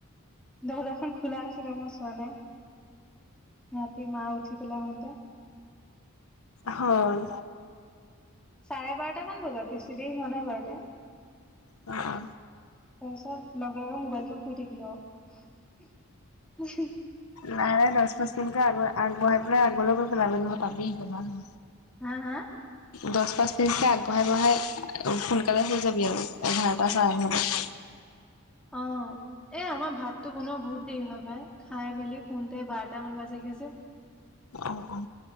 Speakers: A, in the centre; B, on the left.
A: দৰ্জাখন খোলা আছিলে মই চোৱা নাই। ৰাতি মা উঠি পেলাই আহোঁতে
B: হয়
A: চাৰে বাৰটামান বজাত বেছি দেৰি হোৱা নাই বাৰটা
B: অ অ
A: তাৰপিছত লগে লগে মোবাইলথৈ শুই থাকিলোঁ আও।
B: মাৰে দহ পাঁচমিনিটৰ আগৰ আগবঢ়াই পেলাই আগলৈ গৈ পেলাবি নহ'লে পাবি
A: হা হা
B: দহ পাঁচ, মিনিটকে আগবঢ়াই বঢ়াই সোনকালে শুই যাবি আৰু এঘাৰটা চাৰে এঘাৰটাত
A: অঁ এ আমাৰ ভাতটো বনোৱা বহুত দেৰি হয় পাই খাই মেলি শুতে বাৰটামান বাজেগে যে
B: অ অ